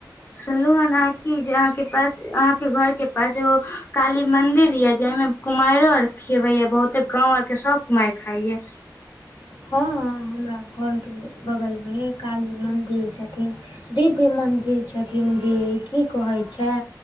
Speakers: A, on the left; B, on the left.
A: सुनलहु हेन अहाँ की जे अहाँके पास अहाँके घर के पाछु काली मन्दिर य जाहिमे कुमारि आर खेवेया बहुते गांव आर के सब कुमारि खाइये।
B: हँ-हँ हमराकहलखिन्ह बगलमे काली मन्दिर छथिन। दिव्य मंदिर छथिन गी की कहै छै।